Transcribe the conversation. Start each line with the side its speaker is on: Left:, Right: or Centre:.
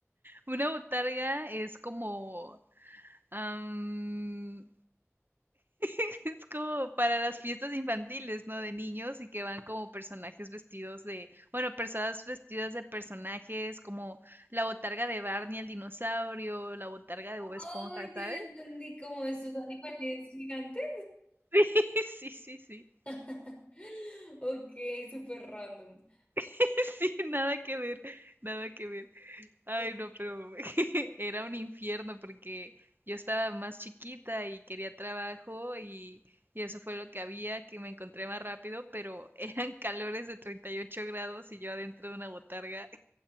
Right: Una botarga es como, am, <laughs> Es como para las fiestas infantiles, ¿no? De niños y que van como personajes vestidos de, bueno, personas vestidas de personajes como la botarga de Barney el dinosaurio, la botarga de
Left: Oh,
Right: Bob Esponja, ¿sabes?
Left: ya ya entendí
Right: <laughs>
Left: como esos animales gigantes.
Right: Sí, sí, sí, sí.
Left: <laughs> Ok, súper random.
Right: <laughs> Sí, nada que ver, nada que ver. Ay,
Left: Tot-
Right: no, pero <laughs> era un infierno porque yo estaba más chiquita y quería trabajo y y eso fue lo que había, que me encontré más rápido, pero <laughs> eran calores de 38 grados y yo adentro de una botarga